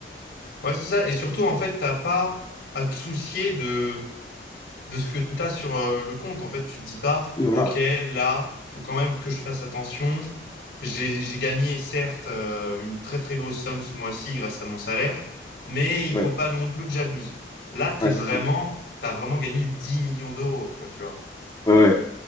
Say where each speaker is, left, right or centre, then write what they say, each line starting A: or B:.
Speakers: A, on the left; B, on the left.
A: Ouais, c'est ça. Et surtout, en fait, t'as pas à te soucier de de ce que tu as sur euh, le compte. En fait, tu te dis pas,
B: Oui, Voilà,
A: OK, là, faut quand même que je fasse attention. J'ai, j'ai gagné, certes, euh, une très, très grosse somme ce mois-ci grâce à mon salaire, mais il
B: ouais,
A: faut pas non plus que j'abuse. Là, t'es
B: ouais,
A: vraiment,
B: c'est ça.
A: t'as vraiment gagné 10 millions d'euros, quoi, tu vois.
B: Ouais, ouais.